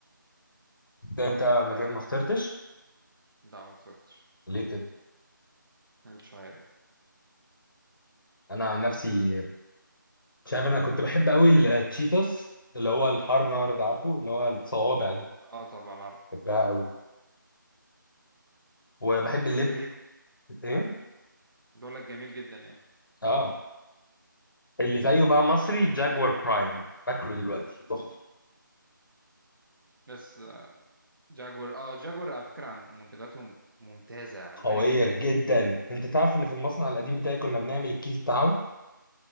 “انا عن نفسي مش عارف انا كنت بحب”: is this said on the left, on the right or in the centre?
Left